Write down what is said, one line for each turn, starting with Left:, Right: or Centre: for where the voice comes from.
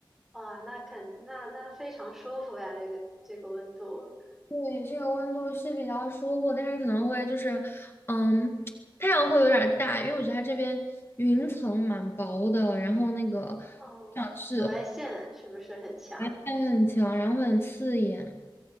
Centre: 哇，那肯那那非常舒服呀，这个这个温度，
Left: 对，这个温度是比较舒服，但是可能会就是，嗯，太阳会有点儿大，因为我觉得它这边云层蛮薄的，然后那个
Centre: 哦，
Left: 太阳是
Centre: 紫外线是不是很强？
Left: 太阳很强，然后会很刺眼。